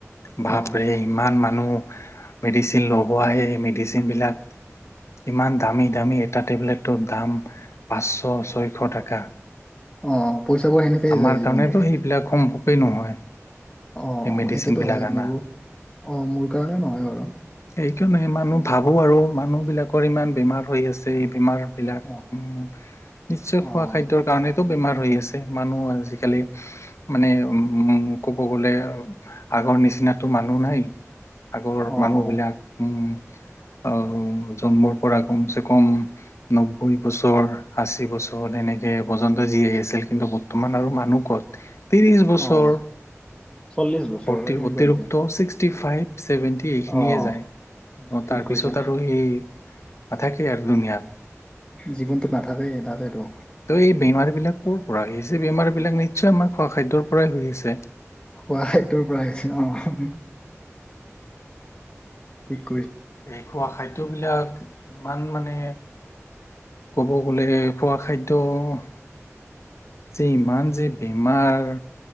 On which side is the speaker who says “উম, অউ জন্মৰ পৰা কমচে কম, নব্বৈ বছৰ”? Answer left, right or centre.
Left